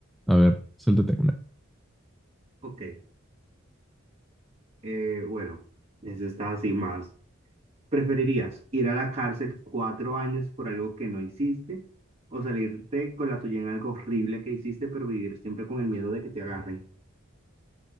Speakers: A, in the centre; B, on the right.
A: A ver, suéltate una.
B: Ok, eh, bueno, eso está así más. ¿Preferirías ir a la cárcel cuatro años por algo que no hiciste o salirte con la tuya en algo horrible que hiciste, pero vivir siempre con el miedo de que te agarren?